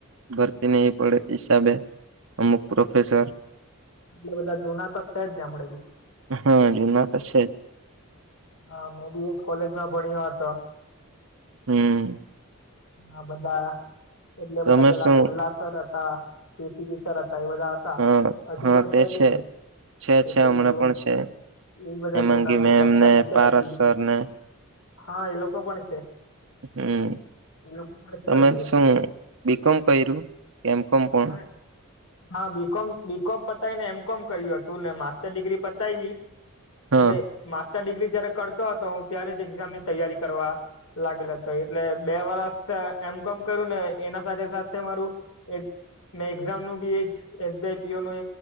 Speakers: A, on the right; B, on the left.
A: ભરતી નહીં પડે હિસાબે અમુક પ્રોફેસર
B: એટલે બધા જૂના તો છે જ નેં હમણે બી.
A: હા જુના તો છે જ.
B: હા મેં બી એજ કોલેજમાં ભણ્યા હતો.
A: હમ્મ.
B: આ બધા એટલે
A: તમે
B: બધા પેલા
A: શું
B: મુલ્લા સર હતા, <unintelligible> સર હતા એ બધા તા.
A: હા
B: હજુ
A: હા
B: પણ
A: તે
B: છે કી નહીં?
A: છે
B: એટલે
A: છે હમણાં
B: ઈ જૂન
A: પણ છે
B: એઈ બધા
A: હેમાંગી
B: જૂના છે,
A: મેમ
B: દક્ષા
A: ને
B: ટીચર
A: પારસ
B: હતી.
A: સર ને
B: હા ઈ લોકો પણ છે.
A: હમ્મ.
B: એ લોકો પણ છે
A: તમે
B: હજુ એટલે
A: શું બી કોમ કયરું? એમ કોમ <unintelligible>
B: <unintelligible> હા બી કોમ બી કોમ પતાઈને એમ કોમ કર્યું હતું ને માસ્ટર ડિગ્રી પતાઈવી.
A: હા
B: એટલે માસ્ટર ડિગ્રી જયારે કરતો હતો હું ત્યારે જ એક્ઝામ ની તૈયારી કરવા લાગેલો હતો એટલે બે વર્ષ એમ કોમ કર્યું ને એના સાથે-સાથે મારું એક મેં એક્ઝામ નું B H S Y P O નું